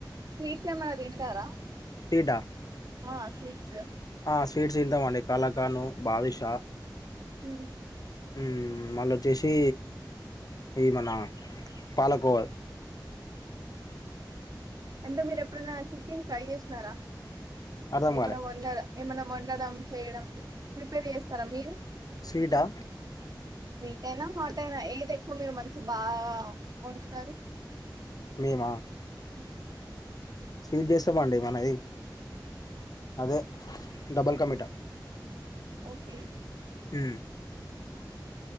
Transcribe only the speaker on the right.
స్వీట్స్ ఏమన్నా తింటారా
ఆ స్వీట్స్
ఉమ్
అంటే మీరు ఎప్పుడన్నా కుకింగ్ ట్రై చేసినారా?
ఏమన్న
వండ ఏమన్న వండడం, చేయడం ప్రిపేర్ చేస్తరా మీరు?
స్వీట్ అయినా హాట్ అయినా, ఏది ఎక్కువ మీరు మంచి బాగా వండుతారు?
<inaudible>
ఓకే